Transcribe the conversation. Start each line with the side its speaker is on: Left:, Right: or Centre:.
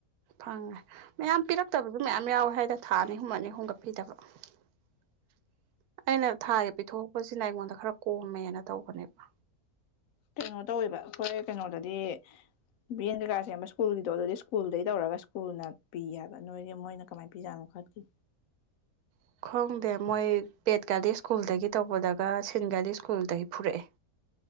Right: ꯐꯪꯉꯦ ꯃꯌꯥꯝ ꯄꯤꯔꯛꯇꯕꯁꯨ ꯃꯌꯥꯝ ꯌꯥꯎꯋꯦ ꯍꯥꯏꯗ ꯊꯥ ꯑꯅꯤ ꯍꯨꯝꯃ ꯑꯅꯤ ꯑꯍꯨꯝꯒꯠꯄꯤꯗꯕ <unintelligible> ꯑꯩꯅ ꯊꯥꯒꯤ ꯄꯤꯊꯣꯛꯛꯄꯁꯤꯅ ꯑꯩꯉꯣꯟꯗ ꯈꯔ ꯀꯣꯝꯃꯦꯅ ꯇꯧꯕꯅꯦꯕ
Left: ꯀꯩꯅꯣ ꯇꯧꯋꯦꯕ ꯑꯩꯈꯣꯏ ꯀꯩꯅꯣꯗꯗꯤ ꯕ꯭ꯔꯦꯟ ꯀꯩꯀꯥꯥꯁ ꯁꯦꯝꯕ ꯁ꯭ꯀꯨꯜꯒꯤꯗꯣ ꯑꯗꯨꯗꯤ ꯁ꯭ꯀꯨꯜꯗꯩ ꯇꯧꯔꯒ ꯁ꯭ꯀꯨꯜꯅ ꯄꯤ ꯍꯥꯏꯕ ꯅꯣꯏꯒꯤ ꯃꯣꯏꯅ ꯀꯃꯥꯏꯅ ꯄꯤꯖꯥꯅꯣ ꯃꯈꯈꯠꯀꯤ
Right: ꯎ ꯈꯣꯡꯗꯦ ꯃꯣꯏ ꯄꯦꯠꯀꯗꯤ ꯁ꯭ꯀꯨꯜꯗꯒꯤ ꯇꯧꯕꯗꯒ ꯁꯤꯟꯒꯥꯗꯤ ꯁ꯭ꯀꯨꯜꯗꯒꯤ ꯐꯔꯛꯑꯦ <unintelligible>